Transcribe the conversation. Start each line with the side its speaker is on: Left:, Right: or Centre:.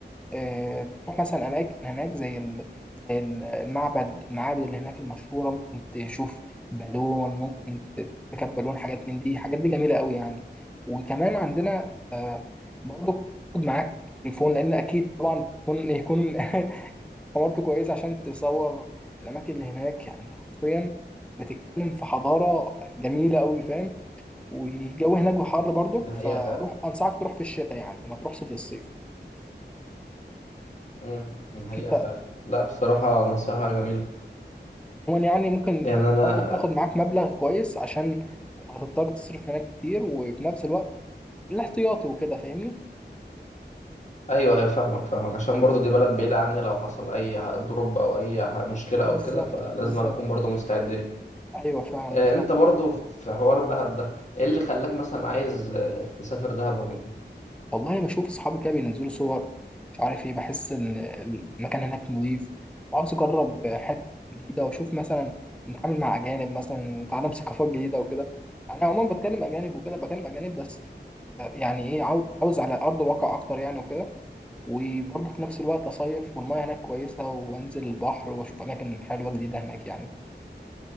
Centre: آه، تروح مثلا اماكن هناك زي ال... زي ال- المعبد المعابد اللي هناك المشهوره ممكن تشوف بالون ممكن ت- تركب بالون حاجات من دي حاجات دي جميله قوي يعني وكمان عندنا آه، برضو خد معاك تليفون لان اكيد طبعا تليفون يكون <laughs> حمارته كويسة عشان تصور الأماكن اللي هناك يعني أنت حرفيا بتتكلم في حضارة جميلة أوي فاهم والجو هناك حر برضك
Left: ده حقيقه
Centre: فروح
Left: فعلا
Centre: أنصحك تروح في الشتاء يعني ما تروحش في الصيف
Left: امم ده حقيقه
Centre: أنت
Left: فعلا لا بصراحه نصيحه جميله
Centre: عموما يعني ممكن
Left: يعني
Centre: يعني
Left: انا
Centre: برضك تاخد معاك مبلغ كويس عشان هتضطر تصرف هناك كتير وفي نفس الوقت الاحتياطي وكده فاهمني
Left: ايوه ايوه فاهمك فاهمك عشان برضو دي بلد بعيده عني لو حصل اي دروب او اي ح- مشكله
Centre: بالظبط
Left: او كده فلازم
Centre: بالظبط
Left: أنا اكون برضو مستعد ليه
Centre: أيوه فعلا
Left: آه،
Centre: بالظبط
Left: انت برضو في حوار دهب ده ايه اللي خلاك مثلا عايز آه، تسافر دهب عموما
Centre: والله بشوف اصحابي كده بينزلوا صور مش عارف ايه بحس ان المكان هناك نظيف وعاوز اجرب حته جديده واشوف مثلا نتعامل مع اجانب مثلا نتعلم ثقافات جديده وكده انا عموما بتكلم اجانب وكده بكلم اجانب بس آه، يعني ايه عاو- عاوز على ارض الواقع اكتر يعني وكده وبرضه في نفس الوقت اصيف والمياه هناك كويسه وانزل البحر واشوف اماكن حلوه جديده هناك يعني